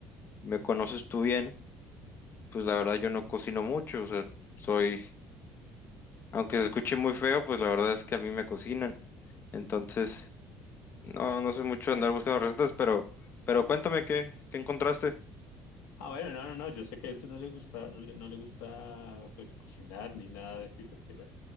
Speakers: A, on the left; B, on the left.
A: me conoces tú bien, pues la verdad yo no cocino mucho, o sea, soy, aunque se escuche muy feo, pues la verdad es que a mí me cocinan. Entonces, no, no sé mucho andar buscando recetas, pero, pero cuéntame qué, qué encontraste.
B: Ah, bueno, no, no, no, yo sé que a usted no le gusta, no le, no le gusta pues cocinar ni nada de esto y pues que bueno.